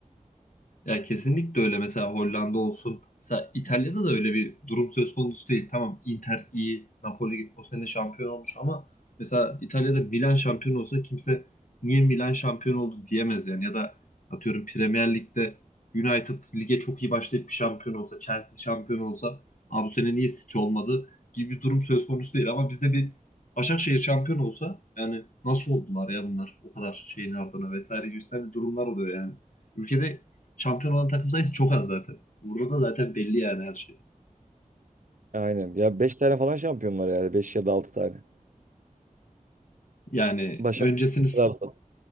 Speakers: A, on the left; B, on the right.
A: Ya kesinlikle öyle. Mesela Hollanda olsun. Mesela İtalya'da da öyle bir durum söz konusu değil. Tamam Inter iyi, Napoli o sene şampiyon olmuş ama mesela İtalya'da Milan şampiyon olsa kimse niye Milan şampiyon oldu diyemez yani. Ya da atıyorum Premier Lig'de United lige çok iyi başlayıp bir şampiyon olsa, Chelsea şampiyon olsa, Aa, bu sene niye City olmadı gibi bir durum söz konusu değil. Ama bizde bir Başakşehir şampiyon olsa yani nasıl oldular ya bunlar o kadar şeyin ardına vesaire gibi bir durumlar oluyor yani. Ülkede Şampiyon olan takım sayısı çok az zaten. Burada da zaten belli yani her şey.
B: Aynen. Ya beş tane falan şampiyon var yani. beş ya da 6 tane.
A: Yani
B: Başakşehir,
A: öncesini
B: Trabzon.